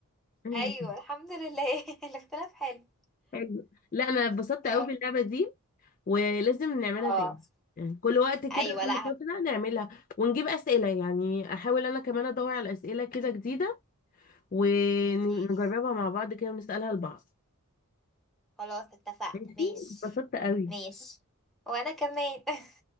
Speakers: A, on the left; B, in the centre.
A: <laughs>
B: ايوه الحمد لله <laughs> الاختلاف حلو
A: حلو لا انا اتبسطت
B: اه
A: قوي باللعبه دي ولازم نعملها
B: آه.
A: تاني يعني كل وقت كده
B: ايوه
A: كل
B: لا
A: فتره
B: هم-
A: نعملها ونجيب اسئله يعني احاول انا كمان ادور على اسئله كده جديده ونجربها
B: ماشي
A: مع بعض كده ونسالها لبعض
B: خلاص اتفقنا
A: ماشي
B: ماشي
A: اتبسطت قوي
B: ماشي وانا كمان <laughs>